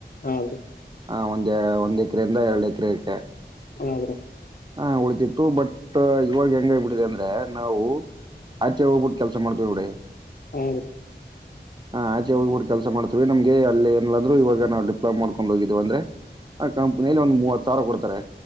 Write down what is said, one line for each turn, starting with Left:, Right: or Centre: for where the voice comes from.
Left: ಹಾ ಬ್ರೋ
Right: ಹಾಂ ಒಂದು ಒಂದು ಎಕ್ರೆಯಿಂದ ಎರಡು ಎಕರೆಕ್ಕೆ
Left: ಹೌದ್ರೀ
Right: ಹಾ ಉಳತಿತ್ತು ಬಟ್ ಇವಾಗ ಹೆಂಗಬಿಟ್ಟಿದೆ ಅಂದ್ರೆ ನಾವು ಆಚೆ ಹೋಗ್ಬಟ್ಟ ಕೆಲಸ ಮಾಡ್ತವಿ ಇಡಡೆ
Left: ಹೌ ರೀ
Right: ಹಾ ಆಚೆ ಹೋಗ್ಬಿಟ್ಟ ಕೆಸ ಮಾಡ್ತೀವಿ ನಮಗೆ ಅಲ್ಲಿಏನ್ ಅಂದ್ರರುವ ನಾವು ಡಿಪ್ಲಮ ಮಾಡ್ೊಂಡು ಹೋಗಿದೀ ಅಂದ್ರೆ ಆ ಕಂಪ್ನಿಯಲ್ಲಿ ಒಂದು್ ಮೂವತ್ ಸಾವಿರ ಕೊಡ್ತಾರೆ